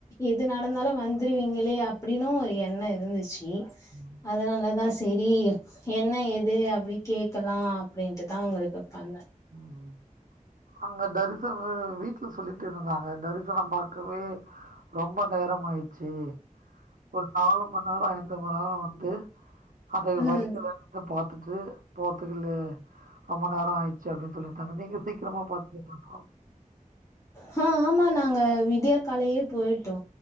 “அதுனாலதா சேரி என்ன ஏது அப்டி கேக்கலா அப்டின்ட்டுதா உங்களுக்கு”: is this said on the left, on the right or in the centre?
Left